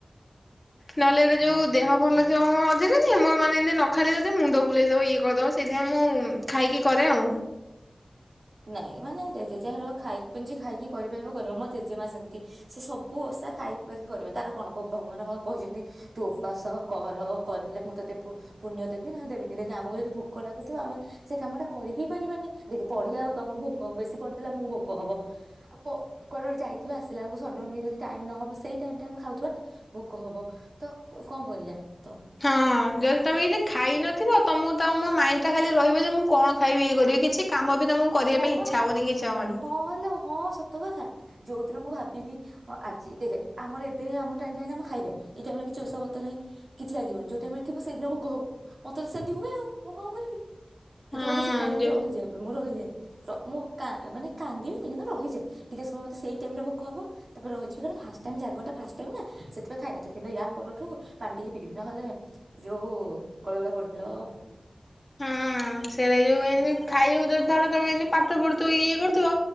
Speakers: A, on the left (about 35°); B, on the right (about 70°).
A: ନହେଲେ ଏ
B: ହଁ।
A: ଯୋଉ ଦେହ ଭଲ ଯୋଉ <unintelligible> ମୋର ମାନେ ଏମିତି ନ ଖାଇଲେ ଯଦି ମୁଣ୍ଡ ବୁଲେଇ ଦବ ଇଏ କରିଦବ ସେଇଥିପାଇଁ ମୁଁ ଖାଇକି କରେ ଆଉ।
B: ନାଇଁ ମାନେ ଦେଖେ ଯାହାର ଖାଇକି ପିଜି ଖାଇକି କରିପାରିବ କରିବ ମୋ ଜେଜେମା ସେମିତି ସେ ସବୁ ଓଷା ଖାଇ ପିଇକି କରିବ ତାର କଣ ଭଗବାନ କହିଛନ୍ତି ତୁ ଉପାସ କର କରିଲେ ମୁଁ ତୋତେ ପୁଣ୍ୟ ଦେବି ନହେଲେ ଦେବିନି ଦେଖେ ଆମକୁ ଯଦି ଭୋକ ଲାଗୁଥିବ ଆମେ ସେ କାମ ଟା କରି ହିଁ ପାରିବାନି ଦେଖେ ପଢିବା ଆକୁ ଆମକୁ ଭୋକ ହବ ବେଶୀ ପଢିଥିଲେ ଆମକୁ ଭୋକ ହବ ପ କୁଆଡ଼େ ଗୋଟେ ଯାଇ ଆସିଲା ବେଳକୁ ସଡନ ଯଦି ଟାଇମ ନହବ ସେଇ ଟାଇମ ଆମେ ଖାଉଥିବା ନା ଭୋକ ହବ ତ କଣ କରିବା। ତ
A: ହଁ ଯଦି ତମେ ଯଦି ଖାଇ ନଥିବ ତମକୁ ତ ମୋ ମାଇଣ୍ଡ ଟା ଖାଲି ରହିବ ଯେ ମୁଁ କଣ ଖାଇବି ଇଏ କରିବି କିଛି କାମ ବି ତମକୁ କରିବା
B: ହଁ
A: ପାଇଁ
B: ପା
A: ଇଚ୍ଛା ହବନି କିଛି ହବନି।
B: ହଁ ଲୋ ହଁ ସତ କଥା ଯୋଉ ଯେତେବେଳେ ମୁଁ ଭାବିବି ହଁ ଆଜି ଦେଖେ ଆମର ଏବେ ଆମ ଟାଇମ୍ ଟା ଏଇନା ଖାଇବା ଏଇ ଟାଇମ ରେ କିଛି ଓଷା ବ୍ରତ ନାହିଁ କିଛି ଲାଗିବନି ଯୋଉ ଟାଇମ ରେ ଥିବ ସେଇଦିନ ଭୋକ ହବ ମତେ ତ ସେମିତି ହୁଏ ଆଉ ମୁଁ କଣ କରିବି। ସେଥି
A: ହଁ
B: ମୁଁ କିଛି ଖାଇବିନି
A: ଯୋଉ
B: ରହିଯାଏ। ରହିଯାଏ ମୁଁ ମାନେ କାନ୍ଦିବିନି କିନ୍ତୁ ରହିଯାଏ ଟିକେ ସମୟ ମତେ ସେଇ ଟାଇମରେ ଭୋକ ହବ ତାପରେ ରହିଯିବି କାରଣ ଫାଷ୍ଟ୍ ଟାଇମ୍ ଜାଗରଟା ଫାଷ୍ଟ ଟାଇମ୍ ନା ସେଥିପାଇଁ ଖାଇନଥିଲି କିନ୍ତୁ ୟା ପରଠୁ ପାଣି ଟିକେ ପିଇବି ନହଲେ ଯୋଉ ଗଳି ଗୋଳା ପଡିବି ଲୋ ମା
A: ହଁ ସେରା ଯୋଉ ଏମତି- ଖାଇବାକୁ ଯଦି ଧର ତମେ ଏମତି ପାଠ ପଢୁଥିବ ଇଏ କରୁଥିବ